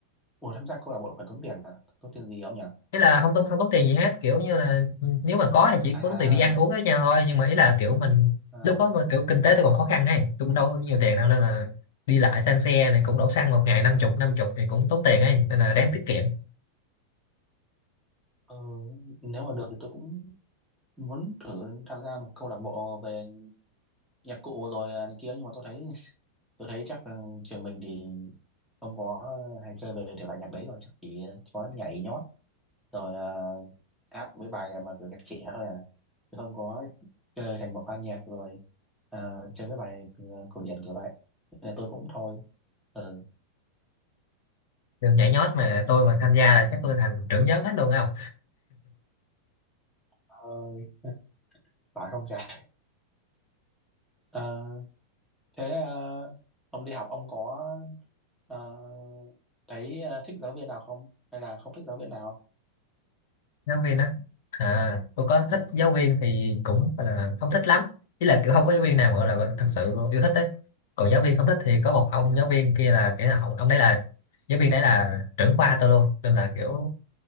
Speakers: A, in the centre; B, on the left.
A: ủa tham gia câu lạc bộ phải tốn tiền à? Tốn tiền gì ông nhỉ?
B: ý là không tốn không tốn tiền gì hết kiểu như là nếu mà có thì chỉ
A: À,
B: có tốn tiền đi ăn uống với nhau thôi nhưng mà ý là kiểu mình
A: à
B: lúc đó mà kiểu kinh tế tôi còn khó khăn ấy tôi cũng đâu có nhiều tiền đâu nên là đi lại xăng xe này cũng đổ xăng một ngày năm chục năm chục thì cũng tốn tiền ấy nên là đáng tiết kiệm
A: ừ, nếu mà được thì tôi cũng muốn thử tham gia một câu lạc bộ về nhạc cụ rồi à, này kia nhưng mà tôi thấy <laughs> tôi thấy chắc ừ, trường mình thì không có hay chơi về thể loại nhạc đấy rồi chắc chỉ có nhảy nhót rồi à, hát mấy bài mà kiểu nhạc trẻ thôi à chứ không có chơi thành một ban nhạc rồi à, chơi cái bài ừ, cổ điển kiểu vậy nên là tôi cũng thôi ừ
B: Rồi nhảy nhót mà tôi mà tham gia là chắc tôi thành trưởng nhóm hết luôn á Không
A: Ơi. Phải không trời? Ờ, thế ờ, ông đi học ông có ờ, thấy ờ, thích giáo viên nào không? Hay là không thích giáo viên nào?
B: giáo viên á à tôi có
A: Ờ.
B: thích giáo viên thì cũng gọi là không thích lắm ý là kiểu không có giáo viên nào mà gọi là gọi là
A: Ừ.
B: thật sự yêu thích đấy còn giáo viên không thích thì có một ông
A: ừ.
B: giáo viên kia là cái ông, ông đấy là giáo viên đấy là trưởng khoa tôi luôn nên là kiểu